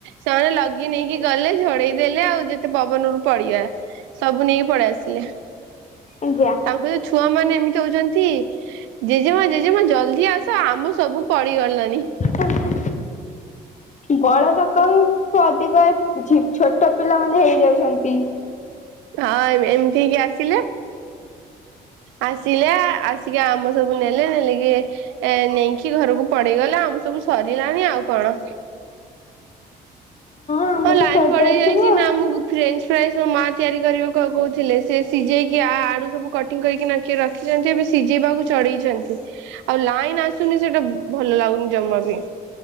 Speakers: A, on the right; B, on the left.
A: ସେମାନେ ଲଗି ନେଇକି ଗଲେ ଝଡେଇ ଦେେଲେ ଆଉ ଯେତେ ପବନରୁ ପଡିବା ସବୁ ନେଇକି ପଳେଇ ଆସିଲେ।
B: ଆଜ୍ଞା
A: ତାଙ୍କର ଯୋଉ ଛୁଆ ମାନେ ଏମିତି ହଉଛନ୍ତି। ଜେଜେମା ଜେଜେମା ଜଲ୍ଦି ଆସ ଆମ ସବୁ ପଡିଗଲେଣି।
B: ହଁ। ବଡ ଲୋକଠୁ ଅଧିକ ଛୋଟ ପିଲା ମାନେ ହେଇଯାଉଛନ୍ତି।
A: ହଁ ଏମିତି ହେ କି ଆସିଲେ। ଆସିଲେ ଆସିକି ଆମ ସବୁ ନେଲେ ନେଲେ କିିଏ ନେଇକି କି ଘରକୁ ପଡେଇଗଲା ଆମ ସବୁ ସରିଲାନି ଆଉ କଣ
B: ଆମ୍ବ
A: ହଁ ଲାଇନ
B: ତ ସରି ଯାଇଥିବ
A: ପେଇ ଯାଇଛି ନା
B: ଆଉ।
A: ମୁଁ ଫ୍ରେ ଫ୍ର ତିଆରି କର କହୁଥିଲେ ସେ ସିଝେଇକି ଆଳୁ ସବୁ କଟିଂ କରିକି ରଖିଛନ୍ତି ଏ ସିଝିବାକୁ ଚଢେଇଛନ୍ତି ଆଉ ଲାଇନ ଆସୁନି ସେଟା ଭଲ ଲାଗୁନି ଜମା ବି